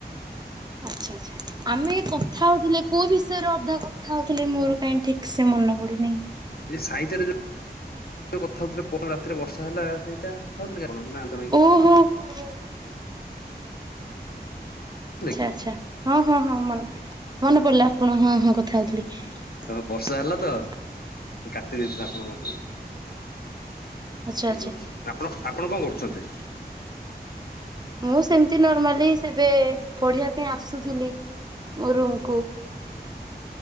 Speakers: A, on the right; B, on the left.
A: ଆଚ୍ଛା ଆଚ୍ଛା ଆମେ କଥା ହଉଥିଲେ କୋଉ ବିଷୟରେ ଅଧା କଥା ହଉଥିଲେ ମୋର କାହିଁକି ଠିକ ସେ ମନେ ପଡୁନି।
B: ଏ ସାହିତ୍ୟରେ ଯୋଉ କଥା ହଉଥୁଲେ ପ ଦିନ ରାତିରେ ବର୍ଷା ହେଲା ସେଇଟା କଥା ହଉଥିଲେ ଅନନ୍ୟ ଆ <unintelligible>
A: ଓହୋ ହୋ ଆଚ୍ଛା
B: କି?
A: ଆଚ୍ଛା ହଁ ହଁ ହଁ ମନେ ମନେ ପଇଲା ଆପଣ ହଁ ହଁ କଥା ହଉଥୁଲି।
B: ବର୍ଷା ହେଲା ତ କାଟି ଦେଇେଇଥିଲା ଆପଣଙ୍କ
A: ଆଚ୍ଛା
B: ହୁଁ
A: ଆଚ୍ଛା।
B: ହୁଁ ଆପଣ ଆପଣ କଣ କରୁଛନ୍ତି?
A: ମୁଁ ସେମିତି ନର୍ମାଲି ଏବେ ପଢିବା ପାଇଁ ଆସୁଥିଲି ମୋ ରୁମକୁ।